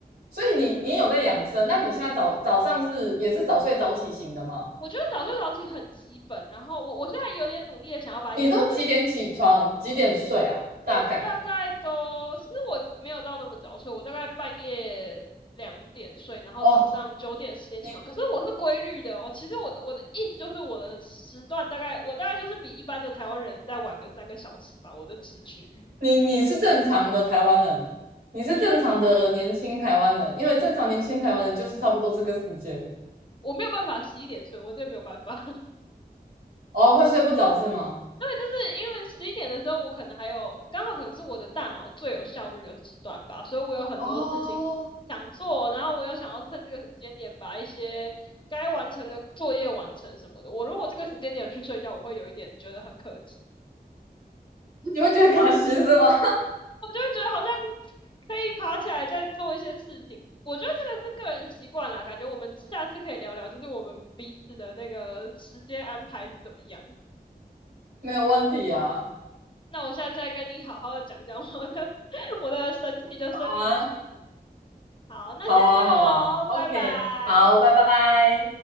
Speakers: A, on the right; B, on the left.
A: 所以你你有在养生？那你现在早早上是也是早睡早起型的吗？
B: 我觉得早睡早起很基本，然后我我现在有点努力的想要把养生，
A: 你都几点起床？几点睡啊？
B: 我大概都其实我没有到那么早睡，
A: 大概啊？
B: 我大概半夜两点睡，然后早上九点十点起床，
A: 哦，你
B: 可是我是规律的哦。其实我的我的意思就是我的时段大概我大概就是比一般的台湾人再晚个三个小时吧，我的时区，
A: 你你是正常的台湾人了，你是正常的年轻台湾人，
B: 嗯，
A: 因为正常年轻台湾人就是差不多这个时间。
B: 我没有办法十一点睡，我真的没有办法。<laughs>
A: 哦，会睡不着是吗？
B: 对，就是因为十一点的时候，我可能还有刚好可能是我的大脑最有效率的时段吧，所以我有很多事情想做，
A: 哦，
B: 然后我又想要趁这个时间点把一些该完成的作业完成什么的。我如果这个时间点去睡觉，我会有一点觉得很可惜，
A: 你会觉得可惜是吗？
B: 我就会觉得好像可以爬起来再做一些事情。我觉得这个是个人习惯啦，感觉我们下次可以聊聊，就是我们彼此的那个时间安排是怎么样。
A: <laughs> 没有问题啊，
B: 那我下次再跟你好好的讲讲我的 <laughs> 我的神奇的生理时钟。
A: 好啊，
B: 好，那先这样哦，
A: 好啊，好啊，OK，
B: 拜拜。
A: 好，拜拜。